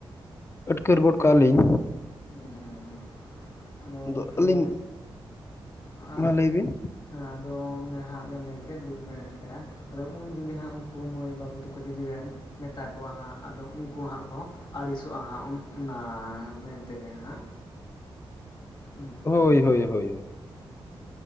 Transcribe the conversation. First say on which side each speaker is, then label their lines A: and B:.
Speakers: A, on the left; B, on the left.
A: ᱟᱹᱴᱠᱟᱹᱨ ᱜᱚᱫ ᱠᱟᱜᱼᱟ ᱞᱤᱧ
B: ᱦᱮᱸ ᱦᱮᱸ ᱦᱮᱸ ᱦᱮᱸ ᱦᱮᱸ ᱟᱫᱚ ᱜᱚᱢᱠᱮ
A: ᱫᱚ ᱟᱹᱞᱤᱧ,
B: ᱟᱸ
A: ᱢᱟ ᱞᱟᱹᱭ ᱵᱤᱱ
B: ᱟᱫᱚ ᱢᱟᱱᱮ ᱦᱟᱸᱜᱼᱼ ᱦᱟᱸᱜ ᱵᱮᱱ ᱞᱟᱹᱭ ᱠᱮᱫ <unintelligible> ᱫᱩᱠ ᱵᱮᱱ ᱮᱴᱠᱟᱨᱟ ᱟᱫᱚ ᱩᱱ ᱡᱩᱫᱤ ᱦᱟᱸᱜ ᱩᱱᱠᱩ ᱢᱟᱹᱭ ᱵᱟᱹᱵᱩ ᱛᱟᱠᱚ ᱡᱩᱫᱤ ᱵᱮᱱᱼᱼ ᱢᱮᱛᱟ ᱠᱚᱣᱟ ᱦᱟᱸᱜ ᱟᱫᱚ ᱩᱱᱠᱩ ᱦᱟᱸᱜ ᱠᱚ ᱟᱹᱲᱤᱥᱚᱜᱼᱟ ᱦᱟᱸᱜ ᱚᱱᱟ ᱢᱮᱱ ᱛᱮᱜᱮ ᱦᱟᱸᱜ᱾ ᱩᱱᱠᱩ
A: ᱦᱳᱭ ᱦᱳᱭ ᱦᱳᱭ ᱦᱳᱭ